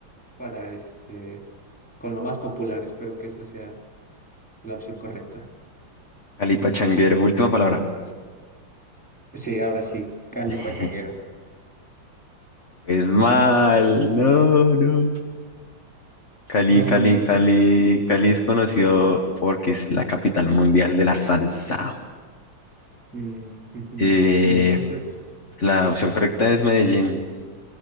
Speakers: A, in the centre; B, on the left.
A: para este, con lo más popular. Espero que eso sea la opción correcta.
B: Cali Pachanguero, última palabra.
A: Sí, ahora sí, Cali
B: <laughs>
A: Pachanguero.
B: Pues mal, no, no. Cali,
A: No,
B: Cali,
A: entonces,
B: Cali. Cali es conocido porque es la capital mundial de la salsa.
A: Híjole.
B: Eh,
A: y entonces,
B: la opción correcta es Medellín.